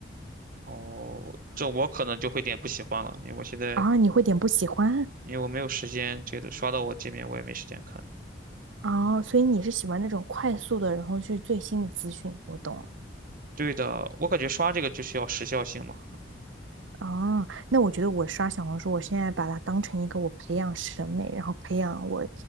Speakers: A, on the right (about 50°); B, on the right (about 80°).
A: 哦，这我可能就会有点不喜欢了，因为我现在
B: 啊，你会点不喜欢
A: 因为我没有时间，这个刷到我界面我也没时间看。
B: 啊，所以你是喜欢那种快速的，然后去最新的资讯。我懂了。
A: 对的，我感觉刷这个就需要时效性嘛。
B: 啊。那我觉得我刷小红书，我现在把它当成一个我培养审美，然后培养我